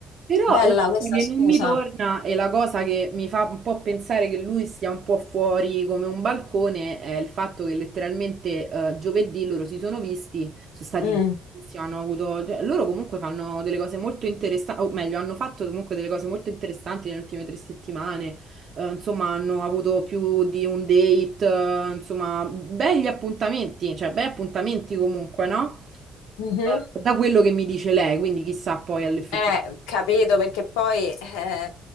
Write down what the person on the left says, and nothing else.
bella
questa
scusa.
Mm,
mhm.
Eh, capito, perché poi eh,